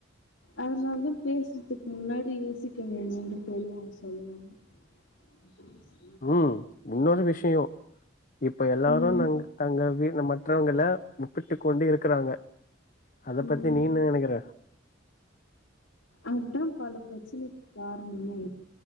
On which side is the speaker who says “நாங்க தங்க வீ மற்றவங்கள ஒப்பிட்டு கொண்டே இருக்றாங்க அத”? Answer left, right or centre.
Left